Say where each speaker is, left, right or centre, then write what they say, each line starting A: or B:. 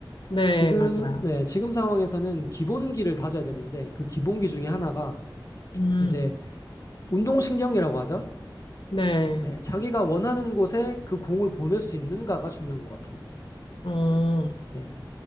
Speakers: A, on the left; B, on the left.
A: 네,
B: 지금,
A: 맞아요.
B: 네, 지금 상황에서는 기본기를 다져야 되는데 그 기본기 중에 하나가
A: 음,
B: 이제 운동신경이라고 하죠.
A: 네,
B: 네, 자기가 원하는 곳에 그 공을 보낼 수 있는가가 중요한 것 같아요.
A: 어,
B: 네.